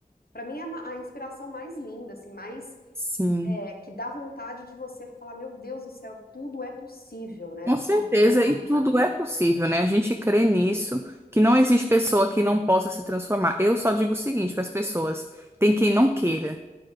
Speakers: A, on the left; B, on the right.
A: Para mim, é a inspiração mais linda, assim, mais
B: sim.
A: é, que dá vontade de você falar: Meu Deus do céu, tudo é possível, né?
B: Com certeza,
A: Quando Deus está
B: e
A: no
B: tudo
A: caminho,
B: é possível, né? A gente crê nisso, que não existe pessoa que não possa se transformar. Eu só digo o seguinte para as pessoas: tem quem não queira.